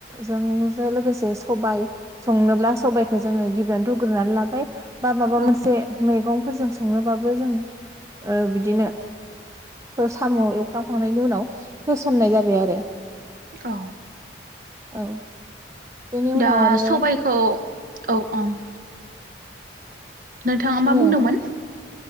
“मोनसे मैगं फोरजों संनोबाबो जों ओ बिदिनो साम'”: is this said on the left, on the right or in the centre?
Right